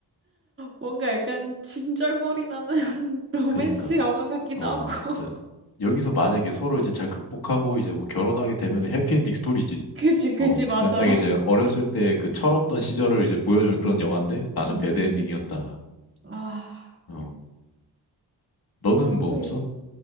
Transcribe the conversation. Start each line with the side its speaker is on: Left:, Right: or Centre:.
Right: 뭔가 약간 진절머리 나는 <laughs> 로맨스
Left: 그니까.
Right: 영화 같기도
Left: 어,
Right: 하고.
Left: 진짜.
Right: <laughs>
Left: 여기서 만약에 서로 이제 잘 극복하고 이제 뭐 결혼하게 되면 해피엔딩 스토리지.
Right: 그지, 그지,
Left: 어,
Right: 맞아.
Left: 그냥 딱 이제 어렸을 때 그 철없던 시절을 이제 보여주는 그런
Right: 음, 음,
Left: 영화인데 나는
Right: 음,
Left: 배드
Right: 음.
Left: 엔딩이었다.
Right: 음. 아,
Left: 어, 너는
Right: 아,
Left: 뭐
Right: 또
Left: 없어?
Right: 여-